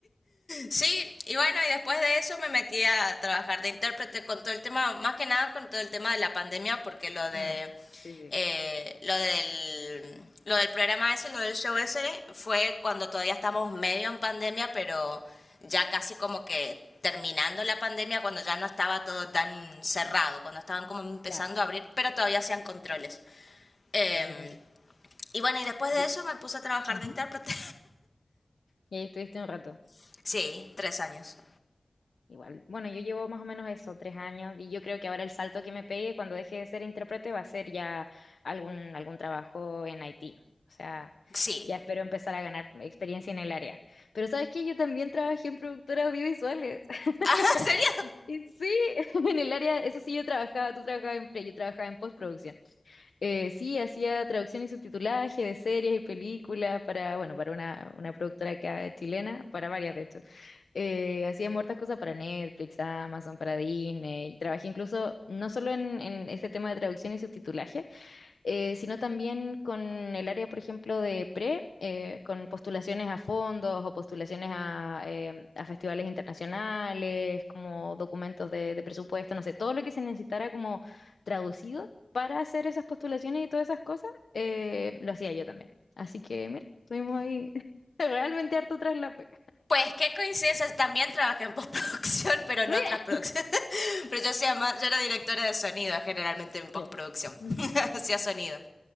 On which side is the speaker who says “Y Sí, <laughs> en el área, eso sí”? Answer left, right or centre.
Left